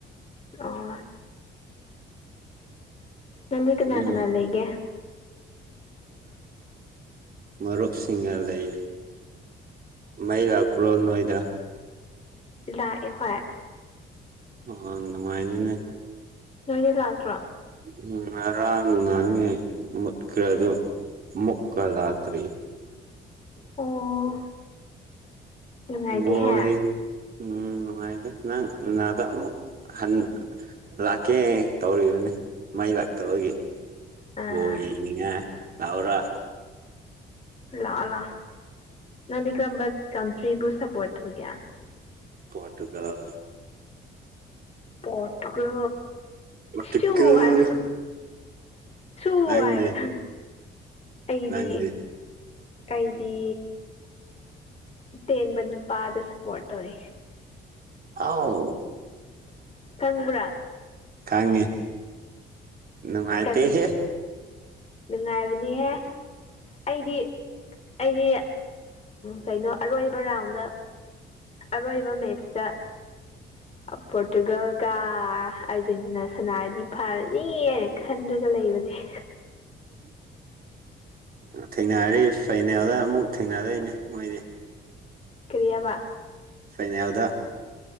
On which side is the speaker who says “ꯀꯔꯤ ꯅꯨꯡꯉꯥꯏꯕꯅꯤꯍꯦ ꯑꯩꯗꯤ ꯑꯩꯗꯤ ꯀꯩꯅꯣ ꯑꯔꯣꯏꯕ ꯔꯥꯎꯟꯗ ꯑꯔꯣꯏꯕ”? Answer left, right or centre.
Left